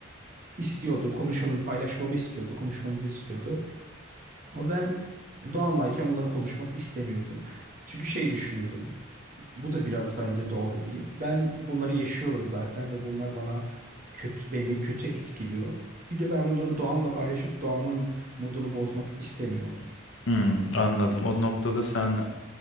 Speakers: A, on the right; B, on the left.
A: istiyordu. Konuşalım, paylaşmamı istiyordu. Konuşmamızı istiyordu. Ama ben Doğan'layken bunları konuşmak istemiyordum. Çünkü şey düşünüyordum. Bu da biraz bence doğru değil. Ben bunları yaşıyorum zaten ve bunlar bana kötü beni kötü etkiliyor. Bir de ben bunları Doğan'la paylaşıp Doğan'ın modunu bozmak istemiyordum.
B: Hmm, anladım o noktada sen